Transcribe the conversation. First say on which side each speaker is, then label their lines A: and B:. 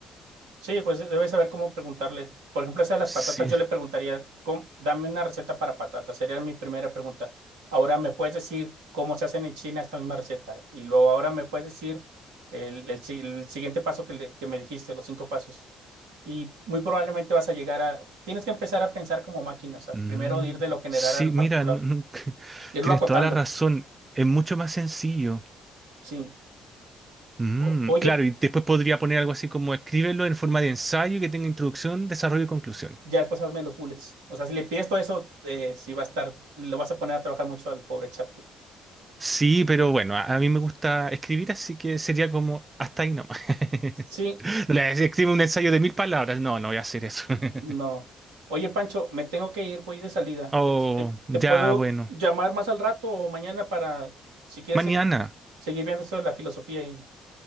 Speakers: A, on the right; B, on the right.
A: Sí, pues debes saber cómo preguntarle. Por ejemplo, esa de las
B: Sí.
A: patatas, yo le preguntaría, ¿cómo- dame una receta para patatas. Sería mi primera pregunta. Ahora, ¿me puedes decir cómo se hacen en China esta misma receta? Y luego, ahora, ¿me puedes decir el, el si- el siguiente paso que, le- que me dijiste, los cinco pasos? Y muy probablemente vas a llegar a... Tienes que empezar a pensar como máquinas.
B: Mm,
A: Primero ir de lo general
B: sí,
A: a lo
B: mira,
A: particular.
B: nu- nunca- <laughs>
A: Irlo
B: tienes
A: acotando.
B: toda la razón. Es mucho más sencillo.
A: Sí.
B: Mm,
A: O- oye.
B: claro, y después podría poner algo así como escríbelo en forma de ensayo que tenga introducción, desarrollo y conclusión.
A: ya después hazme los bullets. O sea, si le pides todo eso, eh, sí va a estar, lo vas a poner a trabajar mucho al pobre ChatGPT.
B: Sí, pero bueno, a, a mí me gusta escribir, así que sería como hasta ahí nomás. <laughs>
A: Sí,
B: No le voy a decir, escribe un ensayo de mil palabras. No, no voy a hacer eso. <laughs>
A: no. Oye, Pancho, me tengo que ir, voy de salida.
B: Oh,
A: Este, ¿te
B: ya,
A: puedo
B: bueno.
A: llamar más al rato o mañana para, si quieres
B: Mañana.
A: seguir, seguir viendo esto de la filosofía y...